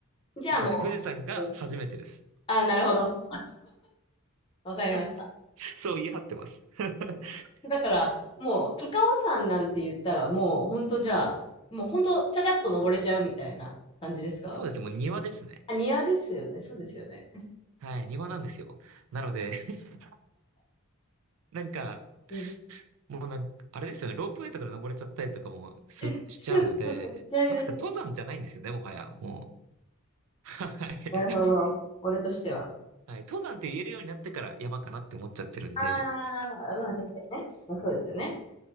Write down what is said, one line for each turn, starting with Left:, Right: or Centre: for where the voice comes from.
Left: じゃあもう、
Right: なので、富士山が初めてです。
Left: うんあ、なるほど。わかりました。
Right: <laughs> そう言い張ってます。<laughs>
Left: だから、もう、高尾山なんて言ったら、もう、ほんとじゃあ、もうほんと、ちゃちゃっと登れちゃうみたいな感じですか
Right: そうです。もう庭ですね。
Left: あ、庭ですよね。そうですよね。
Right: はい。庭なんですよ。なので、<laughs> なんか、
Left: うん。
Right: もうなんか、あれですよね、ロープウェイとかで登れちゃったりとかもす、
Left: <laughs>
Right: しちゃうので、
Left: そうそう、ちなみに
Right: もうなんか登山じゃないんですよね、もはや、もう。<laughs> はい。
Left: なるほど。俺としては。
Right: はい登山って言えるようになってから山かなって思っちゃってるんで、
Left: ああ、まあ確かにね。まあそうですよね。